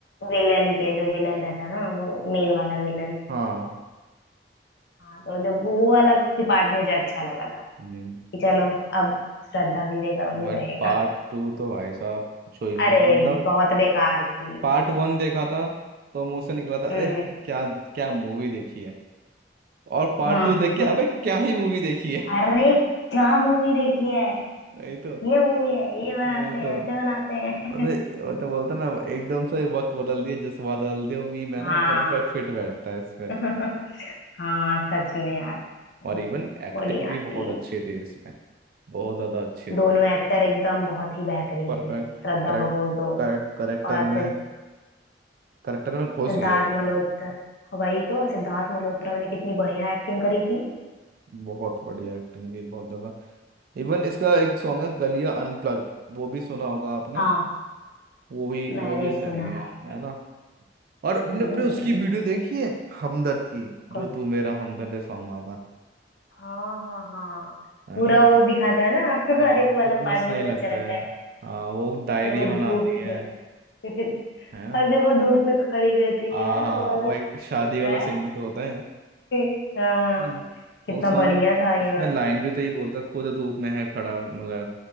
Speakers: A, on the left; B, on the right.
A: विलन के जो विलन रहता है ना वो मेन वाला विलन
B: हाँ
A: हाँ तो जब वो वो वाला पार्ट मुझे अच्छा लगा था
B: हम्म
A: कि चलो अब श्रद्धा की जगह वो
B: बट
A: रहेगा
B: पार्ट टू तो भाई साहब पूछो ही मत
A: अरे
B: मतलब
A: बहुत बेकार थी
B: पार्ट वन देखा था तो मुंह से निकला था
A: हम्म
B: अरे क्या क्या मूवी देखी है और पार्ट
A: हाँ
B: टू देख के अबे क्या ही मूवी देखी है
A: <laughs> अरे क्या मूवी देखी है
B: <laughs> वही तो
A: ये मूवी है ये बनाते
B: वही
A: हैं
B: तो
A: ऐसे बनाते हैं
B: वो तो
A: <laughs>
B: वो तो बोलते ना एकदम से वक्त बदल दिए जज्बा बदल दिए उम्मीद है ना
A: हाँ
B: परफेक्ट फिट बैठता है इसमें
A: <laughs> हाँ सच में यार मतलब
B: और इवन एक्टिंग
A: वो नहीं
B: भी
A: आती
B: बहुत अच्छे थे इसमें बहुत ज्यादा अच्छे
A: दोनों
B: थे
A: एक्टर एकदम बहुत ही बेहतरीन
B: परफेक्ट
A: है श्रद्धा
B: करेक्ट
A: कपूर तो
B: करेक्टर
A: और
B: में
A: सिद्ध-
B: करेक्टर में घुस
A: सिद्धार्थ
B: गया एकदम
A: मल्होत्रा वही तो सिद्धार्थ मल्होत्रा ने कितनी बढ़िया एक्टिंग करी थी
B: बहुत बढ़िया एक्टिंग भी बहुत ज्यादा इवन इसका एक सॉन्ग है गलिया अनप्लग्ड वो भी सुना होगा आपने
A: हाँ
B: वो भी
A: मैंने
B: वो भी सही
A: सुना
B: है
A: है
B: है ना और अपने
A: हम्म,
B: अपने उसकी वीडियो
A: मुझे-
B: देखी है हमदर्द की जो
A: कौन
B: तू मेरा हमदर्द है सॉन्ग आता
A: हाँ हाँ हाँ
B: है
A: पूरा
B: ना
A: वो दिखाता है ना <laughs>
B: हाँ
A: अरे वो वाला
B: कितना
A: पार्ट
B: सही
A: भी तो
B: लगता
A: अच्छा लगता
B: है
A: है
B: हाँ वो डायरी
A: जब वो
B: बनाती
A: धूप
B: है
A: में <laughs>
B: है ना
A: और जब वो धूप में खड़ी रहती
B: हाँ
A: है
B: हाँ
A: वो वाला
B: वो एक शादी
A: भी
B: वाला
A: तो है
B: सीन भी तो होता है
A: <laughs> हाँ
B: हम्म
A: कितना
B: वो सॉन्ग
A: बढ़िया था
B: उसमें
A: ये वाला
B: लाइन भी तो यही बोलता है, खुद धूप में है खड़ा मगर